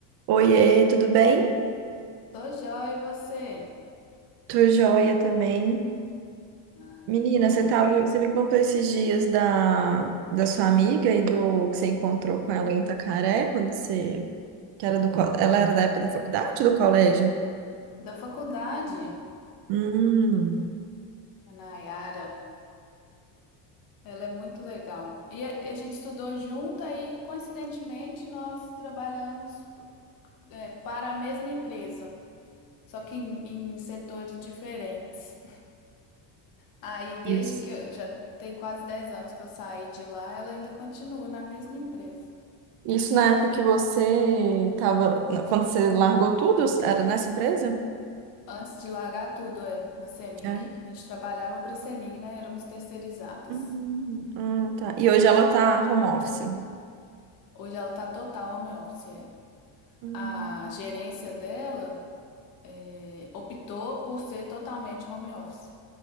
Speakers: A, on the right (about 60°); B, on the left (about 50°).
A: Oiê, tudo bem?
B: Tô joia, e você?
A: Tô joia também.
B: Ah,
A: Menina,
B: que bom.
A: você tava, você me contou esses dias da, da sua amiga e do que você encontrou com ela em Itacaré, quando você, que era do, co- ela era da época da faculdade, ou do colégio?
B: Da faculdade,
A: Hum.
B: a Nayara, ela é muito legal. E a, a gente estudou junto, aí, coincidentemente, nós trabalhamos, é, para a mesma empresa, só que em, em setores diferentes. Aí, desde
A: Isso.
B: que eu já tem quase 10 anos que eu saí de lá, ela ainda continua na mesma empresa.
A: Isso na época que você tava, quando você largou tudo, era nessa empresa?
B: Antes de largar tudo, é, na CEMIG.
A: É.
B: A gente trabalhava para a CEMIG, né? Éramos terceirizadas.
A: Hum, ah, tá. E hoje ela tá home office.
B: Hoje ela tá total home office, é.
A: Hum.
B: a gerência dela eh, optou por ser totalmente home office.